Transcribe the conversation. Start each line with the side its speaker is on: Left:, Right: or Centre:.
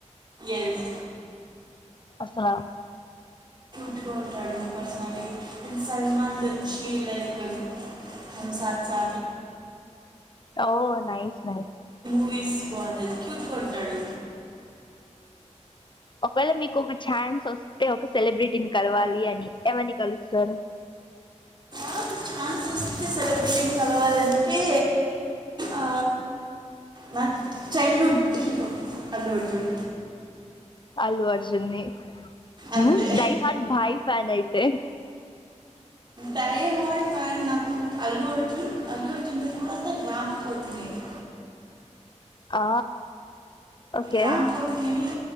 Right: ఎస్
Left: అస్సలా
Right: పెట్టుకుంటాడు పర్సనలీ ఇం సల్మడ్ వచ్చి లైక్ హ సా సా
Left: ఓ న న
Right: కీస్ బాగుంటుంది క్యూతు కొంటాడు
Left: ఒకవేళ మీకు ఒక ఛాన్స్ వస్తే ఒక సెలబ్రిటీని కలవాలి అని ఎవరిని కలుస్తారు
Right: నాకు ఛాన్స్ వస్తే సెలబ్రిటీని కలవాలంట ఏ ఆ నా childhood hero Allu Arjun
Left: Allu అర్జున్నే
Right: అంతే
Left: ఉ డై హార్ట్ భాయి ఫ్యాన్ అయితే
Right: డై హార్డ్ ఫ్యాన్ నాకు అల్లు అర్జున్ అల్లు అర్జున్ పోతే రామ్ పోతినేని
Left: ఆ ఓకే
Right: రామ్ పోతినేని